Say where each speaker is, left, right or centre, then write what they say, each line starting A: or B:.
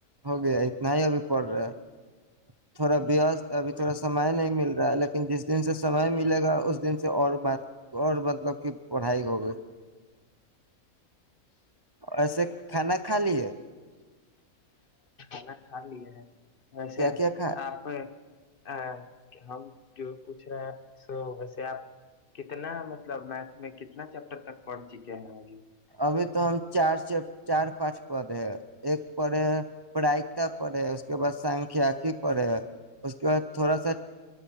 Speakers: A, on the right; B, on the left.
A: ہو گیا اتنا ہی ابھی پڑ رہا ہے <unintelligible> تھوڑا وست ابھی تھوڑا سمے نہیں مل رہا ہے لیکن جس دن سے سمے ملے گا اس <unintelligible> دن سے اور بات اور مطلب <unintelligible> کی پڑھائی ہو گئی ایسے کھان میں خالیے
B: ہاں کھا لیے ہیں ویسے
A: کیا کیا کھا
B: آپ ا ہم جو پوچھ رہے ہیں س ویسے آپ کتنا مطلب میتھ میں کتنا چیپٹر تک پڑھ چکے ہیں ابھی
A: ابھی تو ہم چار سے چار پانچ پد ہے ایک پ بائیا پ کے بس سنکھیا کی پڑے گ اس کے بعد تھوڑا سا